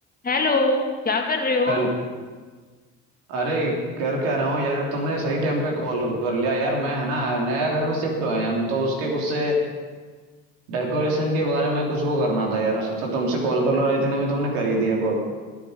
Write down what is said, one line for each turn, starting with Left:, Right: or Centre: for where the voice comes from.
Left: Hello क्या कर रहे हो
Right: Hello अरे कर क्या रहा हूँ यार तुमने सही टाइम पे कॉल कर लिया यार मैं है ना नया घर में शिफ्ट हुए हैं हम तो उसके कुछ से डेकोरेशन के बारे में कुछ वो करना था यार सोचा तुमसे कॉल कर लो और इतने में तुमने कर ही दिया कॉल